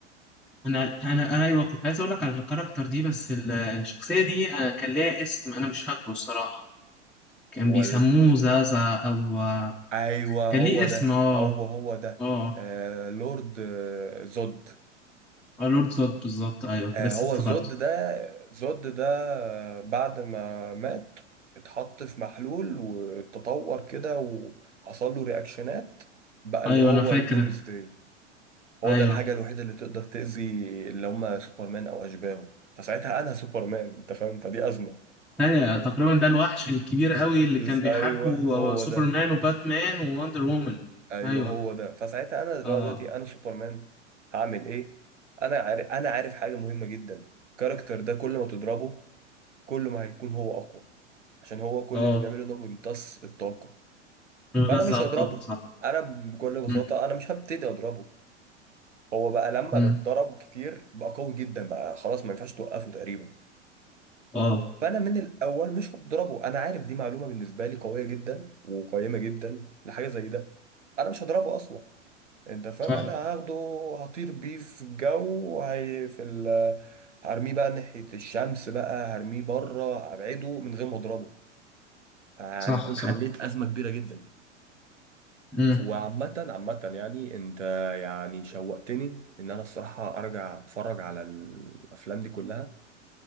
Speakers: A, in the centre; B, on the right (about 80°).
A: انا انا انا ايوه كنت عايز اقول لك على الكاركتر دي بس ال- الشخصيه دي أنا كان ليها اسم انا مش فاكره الصراحه كان
B: هو
A: بيسموه زازا او آه،
B: ايوه
A: كان
B: هو
A: ليه اسم
B: ده
A: اه
B: هو هو ده
A: اه
B: آه لورد آه زود
A: اه لورد زود بالظبط ايوه
B: آه
A: لسه
B: هو
A: افتكرته
B: زود ده زود ده آه، بعد ما مات اتحط في محلول وتطور كده وحصل له رياكشنات بقى
A: ايوه
B: اللي هو
A: انا فاكر
B: الدومز داي هو
A: ايوه
B: ده الحاجة الوحيدة اللي تقدر تأذي اللي هم سوبرمان أو أشباهه فساعتها أنا سوبرمان أنت فاهم فدي أزمة
A: ثانية تقريبا ده الوحش الكبير قوي اللي
B: بس
A: كان بيحاربه
B: أيوه هو
A: سوبرمان
B: ده
A: وباتمان ووندر وومن
B: ايوه
A: ايوه
B: هو ده فساعتها انا دلوقتي
A: اه
B: انا سوبرمان هعمل ايه انا عارف انا عارف حاجه مهمه جدا الكاركتر ده كل ما تضربه كل ما هيكون هو اقوى عشان هو كل
A: اه
B: اللي بيعمله انه بيمتص الطاقه
A: بيغذى
B: فانا مش
A: على
B: هضربه
A: الطاقة صح
B: انا بكل بساطه
A: مم.
B: انا مش هبتدي اضربه هو بقى لما
A: مم.
B: بتضرب كتير بقى قوي جدا بقى خلاص ما ينفعش توقفه تقريبا
A: اه
B: فانا من الاول مش هضربه انا عارف دي معلومه بالنسبه لي قويه جدا وقيمه جدا لحاجه زي ده انا مش هضربه اصلا انت فاهم
A: صح
B: انا هاخده هطير بيه في الجو هي في ال هرميه بقى ناحية الشمس بقى هرميه بره هبعده من غير ما اضربه فانا
A: صح
B: اكون
A: صح
B: حليت ازمة كبيرة جدا
A: مم.
B: وعامة عامة يعني انت يعني شوقتني ان انا الصراحة ارجع اتفرج على الافلام دي كلها